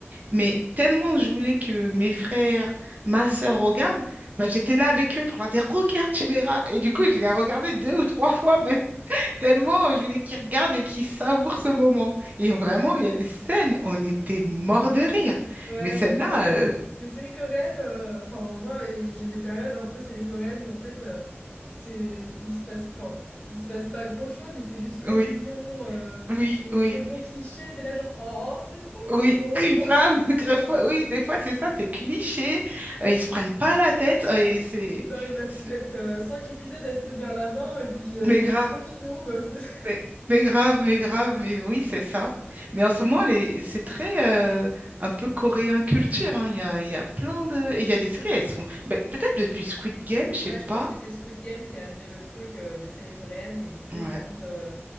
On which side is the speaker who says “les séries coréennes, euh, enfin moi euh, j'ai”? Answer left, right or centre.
Left